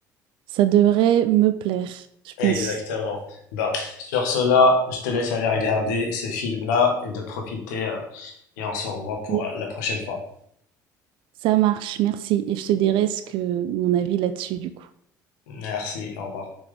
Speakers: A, on the right (about 60°); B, on the left (about 70°).
A: ça devrait me plaire, je pense.
B: Exactement. Ben, sur cela, je te laisse aller regarder ce film-là et de profiter. euh, Et on se revoit pour
A: Oui.
B: euh, la prochaine fois.
A: Ça marche, merci. Et je te dirai ce que mon avis là-dessus, du coup.
B: Merci, au revoir.